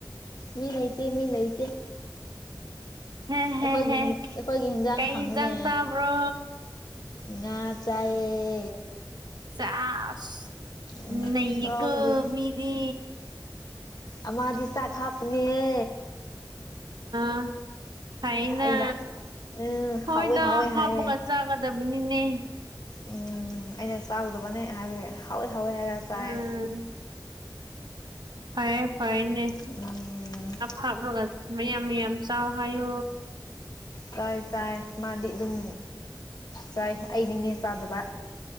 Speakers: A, on the left (about 55°); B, on the right (about 65°).
A: ꯃꯤ ꯅꯍꯇꯦ ꯃꯤ ꯅꯇꯦ
B: ꯍꯦ
A: ꯑꯩꯈꯣꯏꯒꯤ
B: ꯍꯦ ꯍꯦ
A: ꯍꯤꯟ ꯑꯩꯈꯣꯏꯒꯤꯍꯦꯟꯖꯥꯡ
B: ꯀꯩ
A: ꯍꯪꯉꯨꯅꯦ
B: ꯏꯟꯖꯥꯡ ꯆꯥꯕ꯭ꯔꯣ
A: ꯉꯥ ꯆꯥꯏꯌꯦ
B: ꯆꯥꯁ
A: ꯎꯝ
B: ꯅꯩꯌꯦꯀꯣ
A: ꯆꯥꯕꯒꯤ
B: ꯃꯤꯗꯤ
A: ꯑꯃꯥꯗꯤ ꯆꯥꯛ ꯍꯥꯞꯄꯅꯦꯍꯦ
B: ꯑ ꯍꯥꯏꯅ
A: ꯑꯩꯅ ꯎꯝ
B: ꯍꯣꯏꯗꯥ
A: ꯍꯥꯎꯋꯦ ꯍꯥꯎꯋꯦ ꯍꯥꯏꯌꯦ
B: ꯍꯥꯞꯄꯒ ꯆꯥꯒꯗꯕꯅꯤꯅꯦ
A: ꯎꯝ ꯑꯩꯅ ꯆꯥꯒꯗꯕꯅꯦ ꯍꯥꯏꯝꯅꯦ ꯍꯥꯎꯋꯦ ꯍꯥꯎꯋꯦ ꯍꯥꯏꯔ ꯆꯥꯏꯌꯦ
B: ꯎꯝ ꯐꯔꯦ ꯐꯔꯅꯦ
A: ꯎꯝ
B: ꯍꯥꯞꯂꯣꯒ ꯃꯌꯥꯝ ꯃꯌꯥꯝ ꯆꯥꯎ ꯍꯥꯏꯌꯣ
A: ꯆꯥꯏ ꯆꯥꯏ ꯃꯥꯗꯤ ꯑꯗꯨꯝ ꯆꯥꯏ ꯑꯩꯅꯤꯅꯦ ꯆꯥꯗꯕ